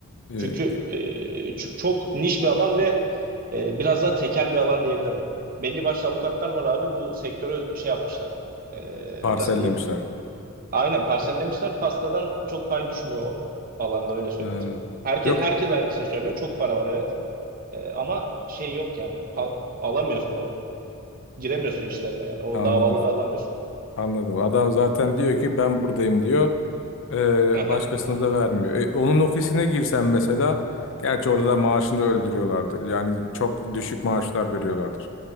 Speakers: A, on the left (about 60°); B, on the right (about 40°).
A: Ee,
B: Çünkü e, ç- çok niş bir alan ve e, biraz daha tekel bir alan diyebilirim. Belli başlı avukatlar var abi bu sektörü şey yapmışlar. E,
A: parsellemişler.
B: nasıl diyeyim? Aynen parsellemişler. Pastadan çok pay düşmüyor o alanda öyle söyleyeyim
A: Ha,
B: sana. Herke,
A: Yok
B: herkes aynısını söylüyor. Çok para var evet. E, ama şey yok yani. Pa- alamıyorsun o. Giremiyorsun işlerine yani. O
A: anladım.
B: davaları alamıyorsun.
A: Anladım. Adam zaten diyor ki ben buradayım diyor. Ee,
B: Aha.
A: başkasına da vermiyor. E, onun ofisine girsen mesela, gerçi orada da maaşını öldürüyorlardır. Yani çok düşük maaşlar veriyorlardır.